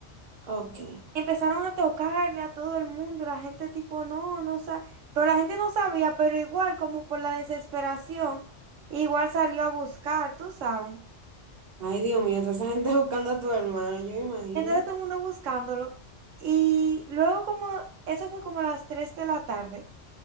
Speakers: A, on the right; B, on the right.
A: Ok.
B: Empezaron a tocarle a todo el mundo, la gente tipo, no, no sabe, pero la gente no sabía, pero igual como por la desesperación, igual salió a buscar, tú sabes.
A: Ay, Dios mío, toda esa gente <laughs> buscando a tu hermano, yo imagino.
B: Entonces todo el mundo buscándolo. Y luego como, eso fue como a las 3 de la tarde.